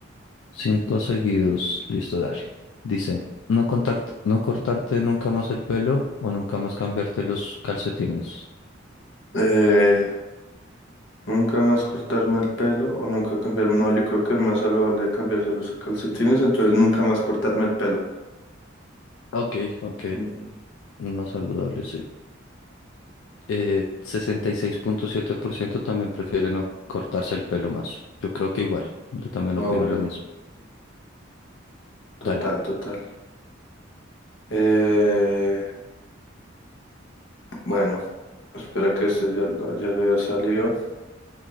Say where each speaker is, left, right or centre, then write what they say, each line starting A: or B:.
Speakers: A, on the left; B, on the left.
A: Cinco seguidos. Listo, dale. Dice, no contarte, no cortarte nunca más el pelo o nunca más cambiarte los calcetines.
B: Eh, nunca más cortarme el pelo o nunca cambiarme. No, yo creo que es más saludable cambiarse los calcetines, entonces nunca más cortarme el pelo.
A: Ok, ok.
B: Ujú.
A: Más saludable, sí. Eh, sesenta y seis punto siete por ciento también prefiere no cortarse el pelo más. Yo creo que igual. Yo también
B: Obvio,
A: opino lo mismo.
B: total,
A: Dale,
B: total. Eh, bueno, espera que este ya lo, ya lo haya salido.